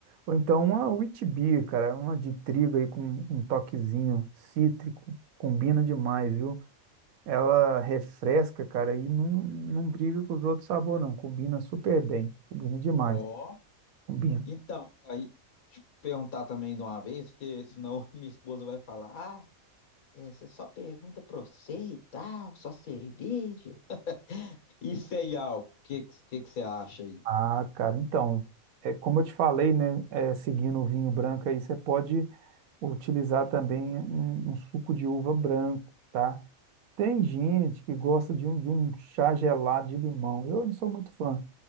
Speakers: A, on the right; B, on the left.
A: Ou então uma wheat beer, cara. Uma de trigo aí com um toquezinho cítrico. Combina demais, viu? Ela refresca, cara, e não, não briga com os outros sabores, não. Combina super bem. Combina demais.
B: Ó.
A: Combina.
B: Então, aí te perguntar também de uma vez, porque senão <laughs> minha esposa vai falar: Ah, é, você só pergunta pra você e tal, só cerveja. E sem álcool, o que, que, que que você acha aí?
A: Ah, cara, então, é como eu te falei, né? é, seguindo o vinho branco aí, você pode utilizar também um, um suco de uva branco, tá? Tem gente que gosta de um, de um chá gelado de limão. Eu não sou muito fã.